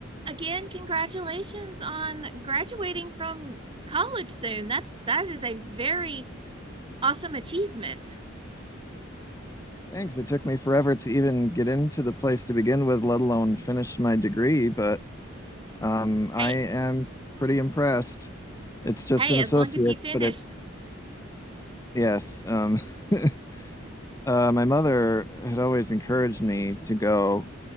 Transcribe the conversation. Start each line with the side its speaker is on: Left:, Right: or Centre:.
Right: again, congratulations on graduating from college soon. That's that is a very awesome achievement.
Left: Thanks. It took me forever to even get into the place to begin with, let alone finish my degree, but um, I
Right: Hey,
Left: am pretty impressed. It's just
Right: hey,
Left: an
Right: as
Left: associate,
Right: long as you finished.
Left: but it, yes. Um, <laughs> uh, my mother had always encouraged me to go,